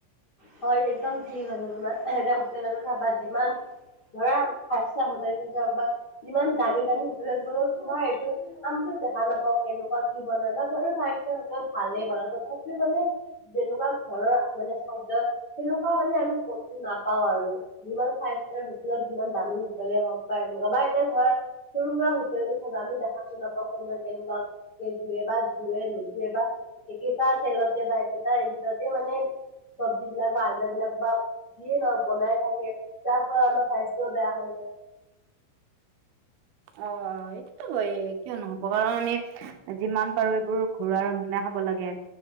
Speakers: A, on the left; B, on the right.
A: হয় একদম ঠিক আছে তোমাৰ এতিয়া হোটেলতে চাবা যিমান ধৰা ফাইভ ষ্টাৰ হোটেল যাওক বা যিমান দামী দামী হোটেলত গ'লেও তোমাৰ এইটো আমিতো দেখা নাপাও কেনেকোৱা কি বনাই বা বাৰু ফাইভ ষ্টাৰ হোটেলত ভালে বনায় তথাপিও মানে যেনেকোৱা ঘৰৰ মানে খাদ্য তেনেকোৱা মানে আমি কতো নাপাও আৰু যিমান ফাইভ ষ্টাৰ হোটেল হক যিমান দামী হোটলে হওক বা এনেকোৱা বা এতিয়া ধৰা সৰু সুৰা হোটেলতো চাবা আমি দেখাতো নাপাও কোনে কেনেকোৱা ধুৱে বা ধুৱে নোধুৱে বা একেটা তেলতে বা একেটা এইগেইটাতে মানে যিবিলাক বা আঞ্জা বিলাক বা যিয়ে নহক বনাই থাকে তাৰ ফলত আমাৰ স্বাস্থ্যও বেয়া হৈ যায়
B: অ, এইটোতো হয়েই কিয় নহ'ব, কাৰণ আমি যিমান পাৰো এইবোৰ ঘৰুৱা ৰন্ধা খাব লাগে।